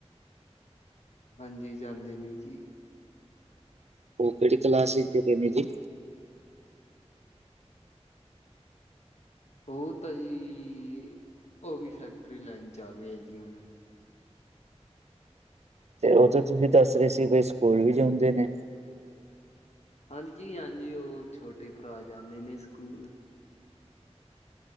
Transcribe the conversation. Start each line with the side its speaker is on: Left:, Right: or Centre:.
Left: ਹਾਂਜੀ, ਜਾਂਦੇ ਨੇ ਜੀ।
Right: ਉਹ ਕਿਹੜੀ ਕਲਾਸ 'ਚ' ਚੁੱਕੇ ਨੇ ਜੀ?
Left: ਉਹ ਤਾਂ ਜੀ, ਉਹ ਵੀ ਫੈਕਟਰੀ ਲਾਈਨ 'ਚ' ਆ ਗਏ ਆ ਜੀ ਹੁਣ।
Right: ਤੇ ਉਹ ਤੇ ਤੁਸੀਂ ਦੱਸ ਰਹੇ ਸੀ ਵੀ ਸਕੂਲ ਵੀ ਜਿਉਂਦੇ ਨੇ।
Left: ਹਾਂਜੀ-ਹਾਂਜੀ, ਉਹ ਛੋਟੇ ਭਰਾ ਜਾਂਦੇ ਨੇ ਸਕੂਲ।